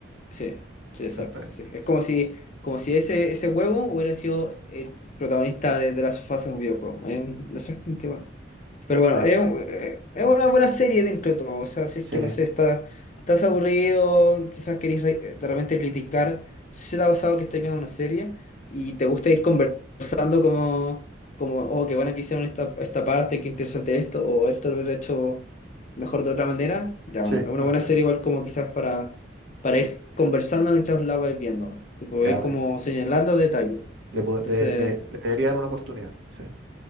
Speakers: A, on the left (about 40°); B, on the right (about 80°).
A: sí, sí,
B: Exactamente.
A: exacto, sí. Es como si, como si ese, ese huevo hubiera sido el protagonista de, de la sofá en un videojuego. Es exactamente igual. Pero
B: Perfecto.
A: bueno, es, un- eh, es una buena serie dentro de todo. O sea, si
B: Sí,
A: es que no sé, está, estás aburrido, quizás querés re- eh, de repente criticar. Si te ha pasado que estás viendo una serie y te gusta ir conversando como, como oh, qué bueno que hicieron esta, esta parte, qué interesante esto, o esto lo hubiera hecho mejor de otra manera. Ya,
B: sí,
A: bueno, es
B: me
A: una
B: gusta.
A: buena serie igual como quizás para, para ir conversando mientras la vais viendo. Tipo,
B: Ya,
A: ir
B: bonito.
A: como señalando detalles.
B: Le, po-
A: Entonces.
B: de- le, le debería dar una oportunidad. Sí,